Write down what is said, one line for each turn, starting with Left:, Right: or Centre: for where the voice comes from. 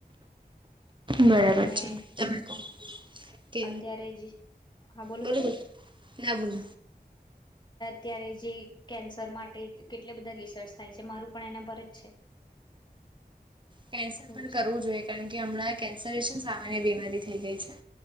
Right: બરાબર
Left: અને
Right: છે તમે કો. કે,
Left: અત્યારે જ હા બોલો
Right: બરોબર,
Left: બોલો
Right: ના બોલ.
Left: અત્યારે જે કેન્સર માટે કેટલા બધા રિસર્ચ થાય છે મારું પણ એના પર જ છે.
Right: કેન્સર પણ
Left: એવું
Right: કરવું
Left: છે
Right: જોઈએ. કારણ કે હમણાં કેન્સરે છે સામાન્ય બીમારી. થઈ ગઈ છે.